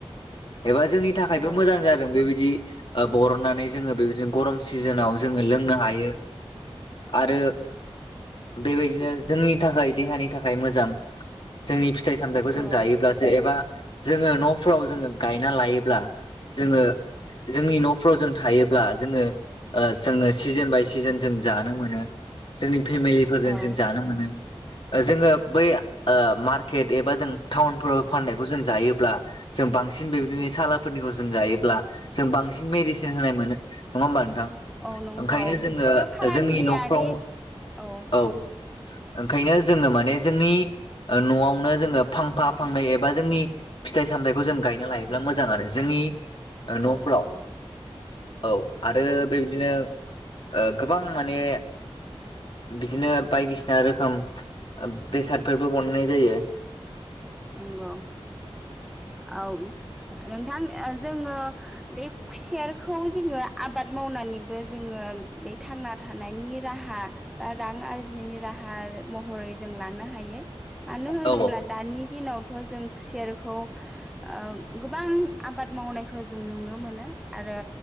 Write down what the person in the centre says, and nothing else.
औ
औ
औ
औ नंगौ
बिसोरो फालांगियारि
औ
औ औ
नंगौ औ नोंथां ओ जोङो बे खुसेरखौ जोङो आबाद मावनानैबो जोङो बे थांना थानायनि राहा बा रां आरजिनायनि राहा महरै जों लानो हायो मानो होनोब्ला
दानि दिनावथ' जों खुसेरखौ ओ गोबां आबाद मावनायखौ जों नुनो मोनो। आरो